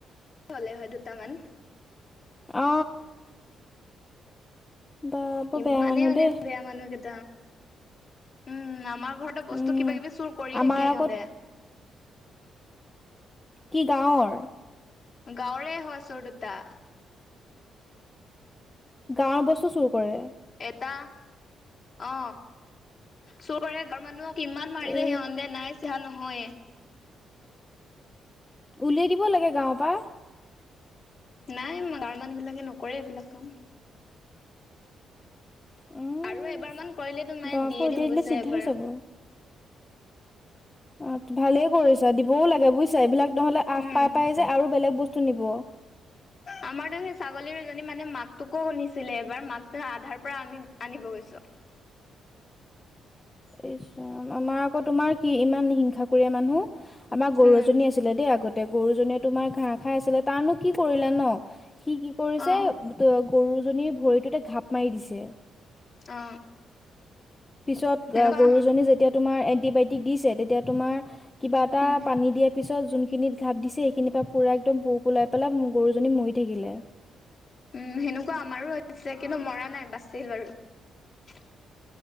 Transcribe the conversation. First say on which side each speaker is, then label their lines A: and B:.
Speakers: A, on the left; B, on the left.
A: হলে হয় দুটামান
B: অ বা বৰ
A: ইমানেই
B: বেয়া মানুহ
A: মানে
B: দেই
A: বেয়া মানুহ কেইটা উম আমাৰ ঘৰতে বস্তু
B: উম
A: কিবা কিবি চুৰ কৰিয়ে
B: আমাৰ
A: থাকে সিহঁতে
B: আগত কি গাঁৱৰ
A: গাঁৱৰে হয় চোৰ দুটা
B: গাঁৱৰ বস্তু চুৰ কৰে
A: এটা অ চোৰ কৰে গাঁৱৰ মানুহক কিমান মাৰিলে
B: এ
A: সিহন্দে নাই সো নহয়ে
B: উলিয়াই দিব লাগে গাঁৱৰ পৰা
A: নাই গাঁৱৰ মানুহ বিলাকে নকৰে এইবিলাক কাম
B: উম
A: আৰু এবাৰ মান কৰিলে তো মানে
B: গাঁৱৰ
A: দিয়ে
B: পৰা উলিয়াই
A: দিম
B: দিলে
A: গৈছে
B: চিধা
A: এবাৰ
B: হৈ যাব অ ভালে কৰিছা দিবও লাগে বুজিছা এইবিলাক নহলে আশ
A: উম
B: পাই পাই যে আৰু বেলেগ বস্তু নিব
A: আমাৰতো সেই ছাগলীৰ এজনী মানে মাকটোকো শুনিছিলে এবাৰ মাকটো আধাৰ পৰা আমি আনিব গৈছো
B: এই আমাৰ আকৌ তোমাৰ কি ইমান হিংসাকুৰিয়া মানুহ আমাৰ গৰু
A: উম
B: এজনী আছিলে দেই আগতে গৰুজনীয়ে তোমাৰ ঘাঁহ খাই আছিলে তাৰনো কি কৰিলা ন সি কি কৰিছে
A: অ
B: গৰুজনীৰ ভৰিতোতে ঘাপ মাৰি দিছে
A: অ
B: পিছত
A: সেনেকুৱা
B: গৰুজনী যেতিয়া তোমাৰ এন্টিবায়টিক দিছে, তেতিয়া তোমাৰ কিবা এটা
A: উম
B: পানী দিয়ে পিছত জোনখিনিত ঘাপ দিছে, সেইখিনিৰ পৰা পুৰা একদম পোক ওলাই পেলাই গৰুজনী মৰি থাকিলে।
A: উম, সেনেকুৱা আমাৰো হৈছে, কিন্তু মৰা নাই বাচিল বাৰু।